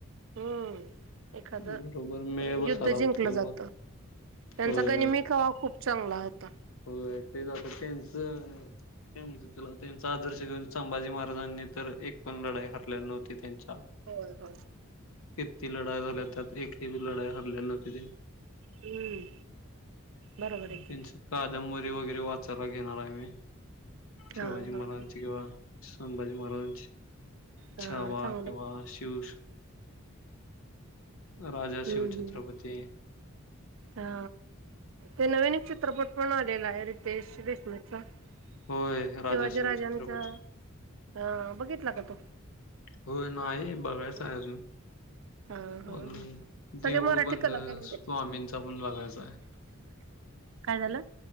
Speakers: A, on the right; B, on the left.
A: हम्म एखादं
B: बरोबर मेळ बसायला
A: युद्ध जिंकलं
B: लागतोय
A: जातं.
B: मग
A: त्यांचा
B: होय
A: गनिमी कावा खूप चांगला होता.
B: हो तेच आता त्यांनच ते म्हणज तुला त्यांचा आदर्श घेऊन संभाजी महाराजांनी तर एक पण लढाई हरलेली नव्हती त्यांची
A: होय होय.
B: किती लढाई झाल्या त्यात एकही लढाई हरलेली नव्हती त्यांनी
A: हम्म बरोबर आहे की.
B: तनच कादंबरी वगैरे वाचायला घेणार आहे मी
A: हा
B: शिवाजी
A: हा
B: महारजची
A: हा.
B: किंवा संभाजी महाराजां
A: हा
B: छावा
A: चांगलं
B: केिंवा्हा
A: आहे
B: शिव राजा
A: हम्म
B: शिवछत्रपती
A: हम्म हा ते नवीन एक चित्रपट पण आलेला आहे रितेश देशमुख शिवाजी
B: होय राजा शिव
A: राजांचा
B: छत्रपती
A: अ बघितला का तो
B: हो नाही बघायचं आहे अजून
A: हा हा
B: अून
A: ह सगळे
B: देऊळ
A: मराठी
B: बंद
A: कलाकारच घेत
B: स्वामींचा पण बघायचा आहे
A: काय झाला